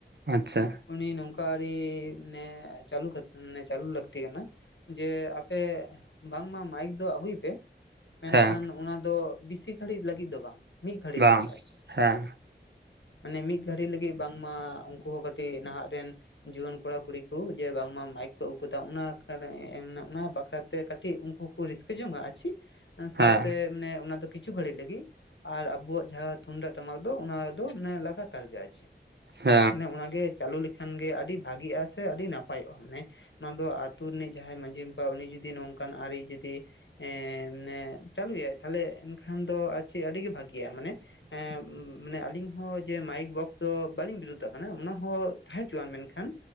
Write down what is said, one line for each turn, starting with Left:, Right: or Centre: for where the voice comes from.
Right: ᱟᱪᱪᱷᱟ,
Left: ᱩᱱᱤ ᱱᱚᱝᱠᱟ ᱟᱨᱤ ᱢᱟᱱᱮ ᱪᱟᱞᱩ ᱠᱟᱛ ᱢᱟᱱᱮ ᱪᱟᱞᱩ ᱞᱟᱹᱠᱛᱤ ᱠᱟᱱᱟ ᱾ ᱡᱮ ᱟᱯᱮ ᱵᱟᱝᱢᱟ ᱢᱟᱭᱤᱠ ᱫᱚ ᱟᱹᱜᱩᱭ ᱯᱮ ᱾ ᱢᱮᱱᱠᱷᱟᱱ
Right: ᱦᱮᱸ
Left: ᱚᱱᱟ ᱫᱚ ᱵᱮᱥᱤ ᱜᱷᱟᱹᱲᱤᱡ ᱞᱟᱹᱜᱤᱫ ᱫᱚ ᱵᱟᱝ ᱢᱤᱫ ᱜᱷᱟᱹᱲᱤᱡ
Right: ᱵᱟᱝ
Left: ᱞᱟᱹᱜᱤᱫ ᱟᱨ ᱪᱮᱫ ᱾
Right: ᱦᱮᱸ
Left: ᱢᱟᱱᱮ ᱢᱤᱫ ᱜᱷᱟᱹᱲᱤᱡ ᱞᱟᱹᱜᱤᱫ ᱵᱟᱝᱢᱟ ᱩᱱᱠᱩ ᱦᱚᱸ ᱠᱟᱹᱴᱤᱡ ᱱᱟᱦᱟᱜ ᱨᱮᱱ ᱾ ᱡᱩᱣᱟᱹᱱ ᱠᱚᱲᱟ ᱠᱩᱲᱤ ᱠᱚ ᱡᱮ ᱵᱟᱝᱢᱟ ᱢᱟᱭᱤᱠ ᱠᱚ ᱟᱹᱜᱩ ᱠᱟᱫᱟ ᱩᱱᱟ ᱟᱠᱟᱲᱟᱨᱮ ᱮᱢ ᱱᱟᱜ ᱩᱱᱟ ᱵᱟᱠᱷᱨᱟᱛ ᱾ ᱛᱮ ᱠᱟᱹᱴᱤᱡ ᱩᱱᱠᱩ ᱠᱩ ᱨᱟᱹᱥᱠᱟᱹ ᱡᱚᱝ-ᱟ ᱟᱨ ᱪᱤ ᱥᱟᱶᱛᱮ
Right: ᱦᱮᱸ
Left: ᱢᱟᱱᱮ ᱚᱱᱟ ᱫᱚ ᱠᱤᱪᱷᱩ ᱜᱷᱟᱹᱲᱤᱡ ᱞᱟᱹᱜᱤᱫ ᱾ ᱟᱨ ᱟᱵᱩᱣᱟᱜ ᱡᱟᱦᱟᱸ ᱛᱩᱢᱫᱟᱜ ᱴᱟᱢᱟᱠ ᱫᱚ ᱚᱱᱟ ᱫᱚ ᱢᱟᱱᱮ ᱞᱟᱜᱟᱛᱟᱨ ᱜᱮ ᱟᱨ ᱪᱮ
Right: ᱦᱮᱸ
Left: ᱚᱱᱮ ᱩᱱᱟᱜᱮ ᱾ ᱪᱟᱹᱞᱩ ᱞᱮᱠᱷᱟᱱ ᱜᱮ ᱟᱹᱰᱤ ᱵᱷᱟᱜᱤᱜ-ᱟ ᱥᱮ ᱟᱹᱰᱤ ᱱᱟᱯᱟᱭᱚᱜ-ᱟ ᱢᱟᱱᱮ ᱱᱚᱣᱟ ᱫᱚ ᱟᱹᱛᱩ ᱨᱤᱱᱤᱡ ᱡᱟᱦᱟᱸᱭ ᱢᱟᱺᱡᱷᱤ ᱾ ᱵᱟ ᱩᱱᱤ ᱡᱩᱫᱤ ᱱᱚᱝᱠᱟᱱ ᱟᱹᱨᱤ ᱡᱩᱫᱤ ᱮᱸᱻ ᱱᱮ ᱪᱟᱹᱞᱩᱭᱟᱭ ᱛᱷᱟᱞᱮ ᱮᱱᱠᱷᱟᱱ ᱫᱚ ᱟᱨ ᱪᱮᱜ ᱟᱹᱰᱤᱜᱤ ᱵᱷᱟᱜᱤᱼᱟ ᱢᱟᱱᱮ ᱮᱻ ᱢᱟᱱᱮ ᱟᱹᱞᱤᱧ ᱦᱚᱸ ᱡᱮ ᱢᱟᱭᱤᱠ ᱵᱚᱠᱛᱚ ᱵᱟᱞᱤᱧ ᱵᱤᱨᱩᱫᱟᱜ ᱠᱟᱱᱟ ᱚᱱᱟ ᱦᱚᱸ ᱛᱟᱦᱮᱸ ᱦᱚᱪᱩᱣᱟᱱ ᱢᱮᱱᱠᱷᱟᱱ